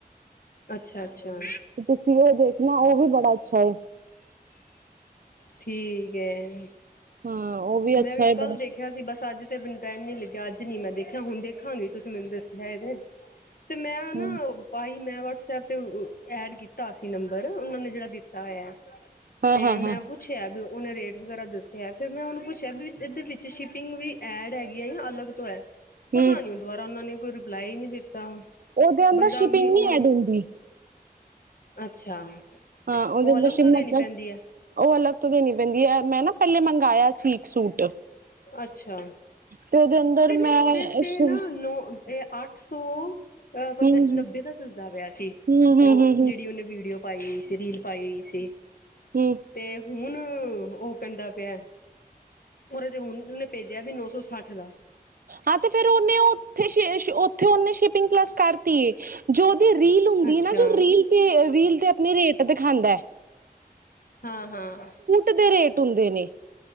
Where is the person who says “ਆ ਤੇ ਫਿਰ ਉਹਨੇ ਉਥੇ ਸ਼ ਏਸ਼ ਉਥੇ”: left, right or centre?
Right